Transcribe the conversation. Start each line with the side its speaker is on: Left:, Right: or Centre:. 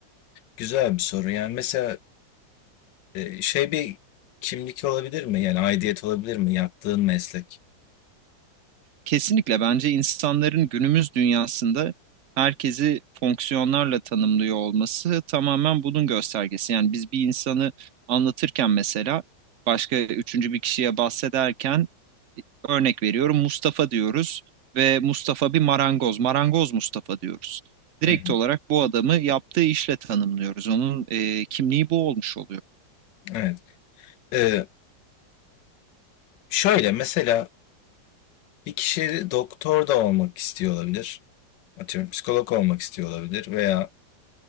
Left: güzel bir soru. Yani mesela Eee, şey bir kimlik olabilir mi? Yani aidiyet olabilir mi yaptığın meslek?
Right: Kesinlikle bence insanların günümüz dünyasında herkesi fonksiyonlarla tanımlıyor olması tamamen bunun göstergesi. Yani biz bir insanı anlatırken mesela başka üçüncü bir kişiye bahsederken e, örnek veriyorum Mustafa diyoruz ve Mustafa bir marangoz, marangoz Mustafa diyoruz. Direkt
Left: Hı hı,
Right: olarak bu adamı yaptığı işle tanımlıyoruz. Onun e, kimliği bu olmuş oluyor.
Left: evet. Eee, şöyle mesela bir kişi doktor da olmak istiyor olabilir. Atıyorum psikolog olmak istiyor olabilir veya,